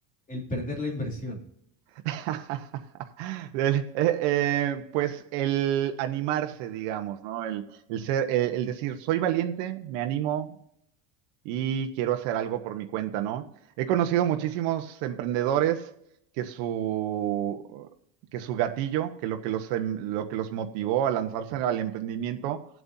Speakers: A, on the left; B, on the right.
A: el perder la inversión,
B: <laughs> El- eh, eh, pues el animarse, digamos, ¿no? El, el ser, el, el decir, soy valiente, me animo, y quiero hacer algo por mi cuenta, ¿no? He conocido muchísimos emprendedores que su, que su gatillo, que lo que los, em- lo que los motivó a lanzarse al emprendimiento,